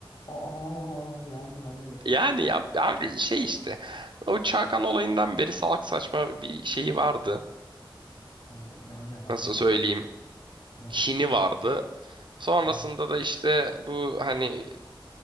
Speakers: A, on the left (about 60°); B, on the right (about 60°).
A: aa yani hani
B: yani ya abi şey işte o Çakan olayından beri salak saçma bir şeyi vardı.
A: Hani yani hani
B: Nasıl
A: abi
B: söyleyeyim?
A: lan,
B: Kini vardı. Sonrasında
A: ben
B: da işte bu hani